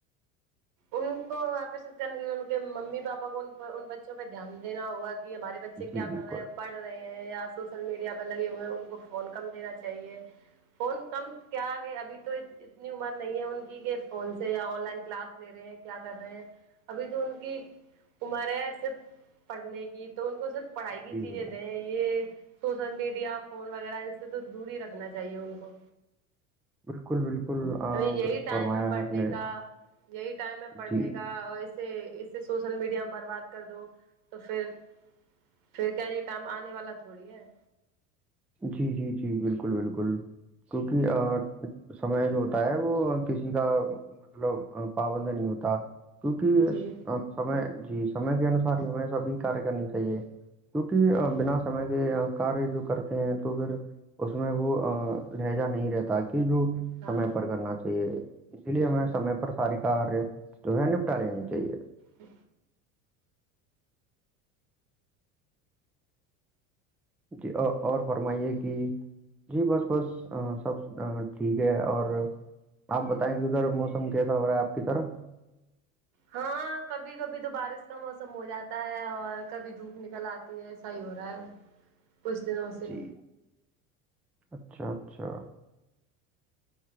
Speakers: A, on the right; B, in the centre.
A: ان کو آکرشت کرنے کے لیے ان کے ممی پاپا کو ان بچوں پہ دھیان دینا ہوا کہ ہمارے بچے
B: جی
A: کیا
B: بالکل
A: کر رہے ہیں پڑھ رہے ہیں یا سوشل میڈیا پہ لگے ہوئے ہیں ان کو فون کم دینا چاہیے فون کم کیا آ گیا ابھی تو اتنی عمر نہیں ہے ان کی کہ فون سے یا آن لائن کلاس لے رہے ہیں کیا کر رہے ہیں ابھی تو ان کی عمر ہے صرف پڑھنے کی تو ان کو صرف پڑھائی کی
B: جی
A: چیزیں
B: جی
A: دیں یہ سوشل میڈیا فون وغیرہ ان سے تو دور ہی رکھنا چاہیے ان کو
B: بالکل بالکل آ،
A: تو یہی
B: درست فرمایا
A: ٹائم ہے پڑھنے
B: آپ نے
A: کا یہی ٹائم ہے پڑھنے
B: جی
A: کا اور سے اس سے سوشل میڈیا برباد کر دو تو پھر پھر کیا یہ ٹائم آنے والا تھوڑی ہے
B: جی جی جی بالکل بالکل کیونکہ سمے جو ہوتا ہے وہ کسی کا مطلب پابند نہیں ہوتا کیونکہ
A: جی
B: سم جی سمے کے انسار ہی ہمیں سبھی کاریہ کرنی چاہیے کیونکہ
A: ہوں
B: بنا سمے کے کار جو کر تو پھر اس میں وہ لہجہ نہیں رہتا کہ جو
A: ہاں
B: سمے پر کرنا چاہیے اسی لیے ہمیں سمے پر سار کاریہ جو ہے نپٹا لینی چاہیے
A: ج
B: جی اور فرمائیے کہ جی بس بس سب ٹھیک ہے اور آپ بتائیں کہ ادھر موسم کیسا ہو رہا ہے آپ کی طرف
A: ہاں کبھی کبھی تو بارش کا موسم ہو جاتا ہے اور کبھی دھوپ نکل آتی ہے صحی ہو رہا ہے کچھ د نو ں سے
B: جی اچھا اچھا